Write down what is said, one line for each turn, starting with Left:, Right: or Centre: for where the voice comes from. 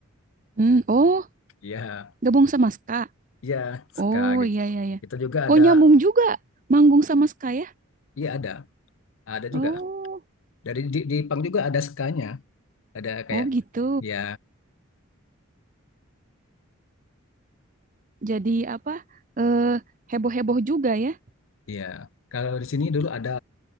Right: Mm. Oh,
Left: ya
Right: gabung sama Ska.
Left: ya ska
Right: Oh
Left: gitu
Right: iya iya iya.
Left: itu juga ada
Right: Oh nyambung juga manggung sama Ska ya?
Left: iya ada ada
Right: Oh
Left: juga dari di, di pang juga ada skanya ada kayak
Right: oh gitu.
Left: ya
Right: jadi apa eh, heboh-heboh juga ya.
Left: ya kalau di sini dulu ada